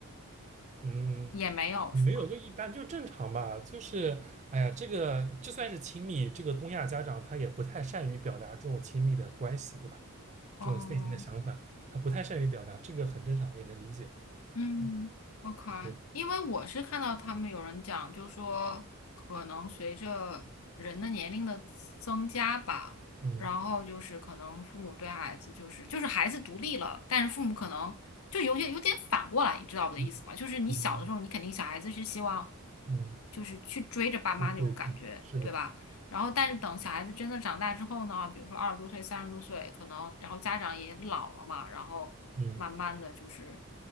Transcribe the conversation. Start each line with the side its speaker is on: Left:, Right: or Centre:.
Right: 嗯。
Left: 也没有是吧？
Right: 没有，就一般，就正常吧。就是，哎呀，这个就算是亲密，这个东亚家长他也不太善于表达这种亲密的关系，对吧？
Left: 嗯。
Right: 这种内心的想法，他不太善于表达，这个很正常，也能理解。
Left: 嗯，OK，
Right: 嗯，对，
Left: 因为我是看到他们有人讲，就说可能随着人的年龄的增加吧，
Right: 嗯
Left: 然后就是可能父母对孩子就是就是孩子独立了，但是父母可能就有点有点反过来，你知道我的意思吗？
Right: 嗯嗯
Left: 就是你小的时候，你肯定小孩子是希望
Right: 嗯，
Left: 就是去追着爸妈那种感觉，
Right: 对对，是的，
Left: 对吧？然后，但是等小孩子真的长大之后呢，比如说二十多岁、三十多岁，可能然后家长也老了嘛，然后慢慢的就是
Right: 嗯，